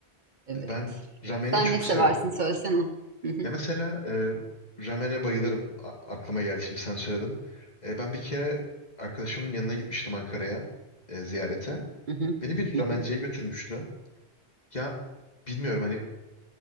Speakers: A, on the right (about 45°); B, on the left (about 40°).
A: evet.
B: Ben rameni
A: Sen
B: çok
A: ne seversin
B: severim.
A: söylesene. Hı hı,
B: Ya mesela e, ramene bayılırım. A- aklıma geldi şimdi sen söyledin. E, ben bir kere arkadaşımın yanına gitmiştim Ankara'ya e, ziyarete.
A: hı hı,
B: Beni bir
A: hı
B: ramenciye
A: hı,
B: götürmüştü. Ya bilmiyorum hani